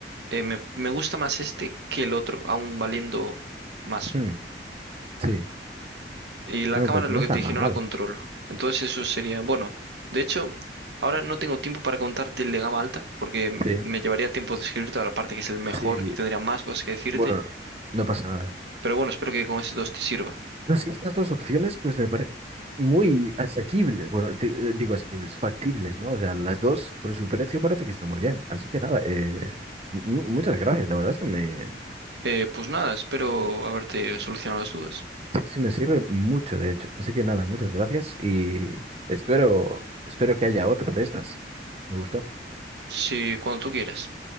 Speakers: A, on the right; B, on the right.
A: eh, me, me gusta más este que el otro, aún valiendo más.
B: hmm, sí.
A: Y la
B: Bueno,
A: cámara
B: pues
A: es
B: no
A: lo
B: está
A: que te
B: nada
A: dije, no
B: mal.
A: la controlo. Entonces eso sería, bueno, de hecho, ahora no tengo tiempo para contarte el de gama alta, porque mm,
B: Sí,
A: me llevaría tiempo describirte la parte que es el mejor
B: sí.
A: y tendría más cosas que decirte.
B: Bueno, no pasa nada.
A: Pero bueno, espero que con estos dos te sirva.
B: No, sí, estas dos opciones pues me parecen muy asequibles, bueno, di- eh, digo asequibles, factibles, ¿no? O sea, las dos por su precio parece que están muy bien. Así que nada, eh, mu- muchas gracias, la verdad es que me,
A: Eh, pues nada, espero haberte solucionado las dudas.
B: sí, sí me sirve mucho, de hecho. Así que nada, muchas gracias y espero, espero que haya otra de estas. Me gustó.
A: Si cuando tú quieras.